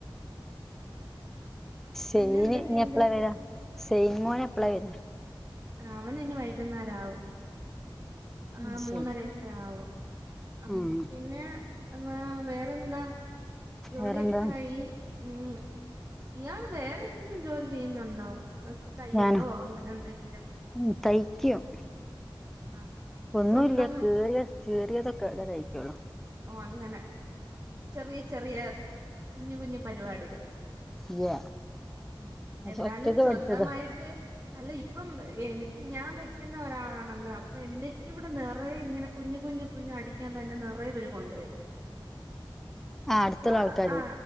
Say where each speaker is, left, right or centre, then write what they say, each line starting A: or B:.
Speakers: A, in the centre; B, on the right.
A: സെയന്
B: പിന്നെ എന്തൊക്കെയുണ്ട്
A: നി എപ്പളാ വരാ സെയിൻ മോനഎപ്പളാ വരാ
B: അവന് ന്നി വൈകുന്നേരം ആവും. ആ
A: ഉം,
B: മൂന്നരെക്ക
A: ശരി
B: ആവും. ആ
A: ഉം
B: പിന്നെ വേറെന്താ? ജോലിയൊക്കെ
A: വേറെന്താ
B: ആയി. ഉം ഇയാള് വേറെ എന്തെങ്കിലും ജോലി ചെയ്യുന്നുണ്ടോ? തയ്യലോ
A: ഞാനോ
B: അങ്ങനെ എന്തെങ്കിലും
A: ഉം തയ്ക്കും.
B: ആ
A: ഒന്നുല്ല്യ
B: സ്വന്തം
A: കേറിയ കീറിയതൊക്കെ തയിക്കോളൂ.
B: ഓ അങ്ങനെ ചെറിയ ചെറിയ കുഞ്ഞ് കുഞ്ഞു പരിപാടികൾ.
A: ഇല്ല
B: ഉ
A: പക്ഷെ
B: എന്നാലും
A: ഒറ്റക്ക്
B: സ്വന്തമായിട്ട്
A: പഠിച്ചതാ
B: അല്ല ഇപ്പം എനിക്ക് ഞാൻ തയ്ക്കുന്ന ഒരാളാണല്ലോ അപ്പൊ എന്റെക്ക ഇവിടെ നിറയ ഇങ്ങനെ കുഞ്ഞു കു കുഞ്ഞു കുഞ് അടിക്കാൻ തന്നെ നിറയ പേര് കൊണ്ടുവരും.
A: ആ
B: അപ്പൊ
A: അടുത്തുള്ള ആൾക്കാര്
B: ആ